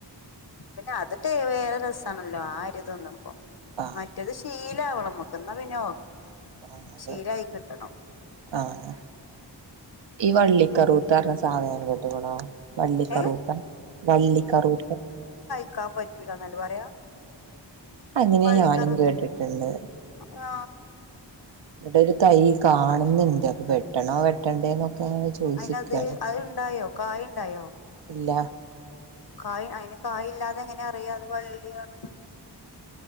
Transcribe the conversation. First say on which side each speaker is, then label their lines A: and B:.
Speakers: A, on the left (about 60°); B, on the right (about 75°).
A: പിന്നെ അതിട്ട വേറെ രസാണല്ലോ ആ അരി തിന്നുമ്പോ
B: ആഹ്
A: മറ്റേത് ശ ീലാവ അവളം മുക്കുന്നാ വിനോ
B: ആഹ് അതെ
A: ശരിയയി കിട്ടണോ
B: ആഹ് ഈ വള്ളിക്കറൂത്തറ സാധനം കേട്ടകണോ വള്ളിക്കറൂത്ത,
A: ഏഹ്
B: വള്ളിക്കറൂത്ത.
A: ക്കാൻ പറ്റൂല എന്നല്ല പറയാ
B: അങ്ങനെ
A: പള്ളിക്കറോത്ത
B: ഞാനും കേട്ടിട്ടുണ്ട്
A: ആ
B: ഇവിടെ ഒരു തൈ കാണുന്നുണ്ട് അപ്പൊ വെട്ടണോ വെട്ടണ്ടേ എന്നൊക്കെ ങ്ങാ ചോദിച്ചിക്ക
A: അയിനത് അത് ഇണ്ടായോ കായ് ഇണ്ടായോ
B: ഇല്ല
A: കായ് അയിന് കായ് ഇല്ലാതെ എങ്ങനെ അറിയ അത് വള്ളിയണെന്ന്